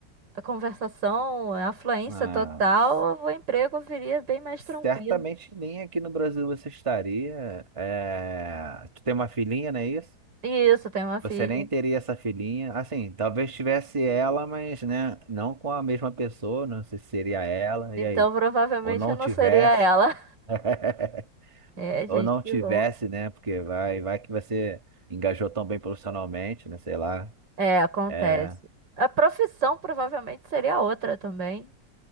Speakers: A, on the right (about 85°); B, on the right (about 20°).
A: a conversação, a fluência
B: Mas
A: total, o emprego viria bem mais tranquilo.
B: certamente nem aqui no Brasil você estaria. É, tu tem uma filhinha, não é isso?
A: E isso, tem uma filha.
B: Você nem teria essa filhinha. Assim, talvez tivesse ela, mas né, não com a mesma pessoa. Não sei se seria ela.
A: Então,
B: E aí?
A: provavelmente
B: Ou não
A: eu não
B: tivesse.
A: seria ela.
B: <laughs>
A: É,
B: Ou
A: gente,
B: não
A: que
B: tivesse,
A: louco.
B: né? Porque vai, vai que você engajou tão bem profissionalmente, né? Sei lá.
A: É, acontece.
B: É,
A: A profissão provavelmente seria outra também.